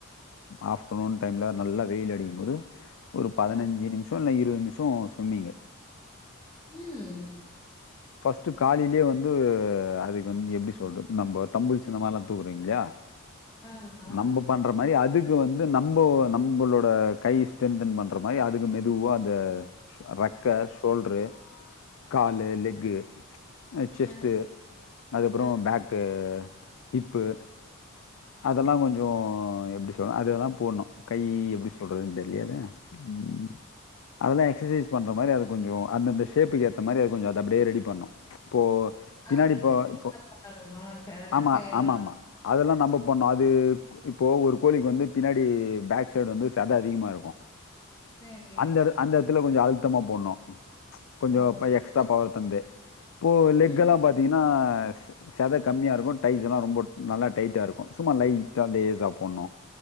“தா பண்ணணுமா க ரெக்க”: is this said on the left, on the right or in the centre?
Left